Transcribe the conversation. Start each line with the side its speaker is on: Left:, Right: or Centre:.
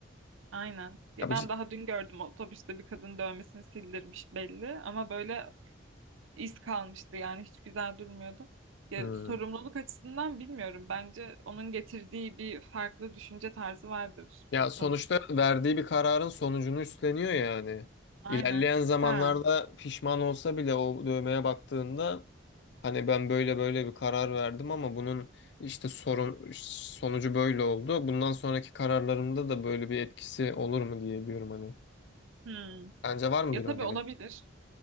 Right: Aynen. Ya
Left: Ya, bu
Right: ben
Left: cid-
Right: daha dün gördüm otobüste bir kadın dövmesini sildirmiş belli ama böyle iz kalmıştı yani hiç güzel durmuyordu. Ya,
Left: Hmm.
Right: sorumluluk açısından bilmiyorum. Bence onun getirdiği bir farklı düşünce tarzı vardır
Left: Ya sonuçta
Right: sonuçta.
Left: verdiği bir kararın sonucunu üstleniyor yani.
Right: Aynen.
Left: İlerleyen zamanlarda
Right: Ha.
Left: pişman olsa bile o dövmeye baktığında Hani ben böyle böyle bir karar verdim ama bunun işte sorun sonucu böyle oldu. Bundan sonraki kararlarımda da böyle bir etkisi olur mu diye diyorum hani.
Right: Hmm.
Left: Bence var mıdır
Right: Ya tabii
Left: öyle
Right: olabilir.
Left: bir?